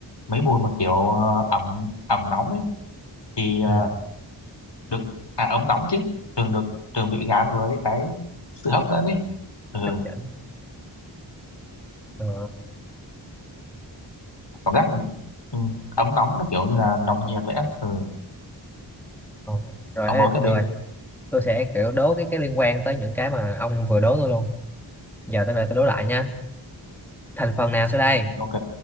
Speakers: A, on the left; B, in the centre.
A: mấy mùi mà kiểu ờ, ẩm ẩm nóng ấy thì ờ,
B: ừ,
A: được à ấm nóng chứ thường được thường bị gán với cái sự hấp dẫn ấy. Ừ,
B: hấp dẫn ờ,
A: cảm giác ừ, ấm nóng nó kiểu như là nồng nhiệt vậy á. Ừ.
B: ờ. rồi
A: ông
B: hết
A: nói tiếp
B: được
A: đi
B: rồi tôi sẽ kiểu đố cái cái liên quan tới những cái mà ông vừa đố tôi luôn giờ tới đây tôi đố lại nha thành phần nào sau đây
A: Ừ, ok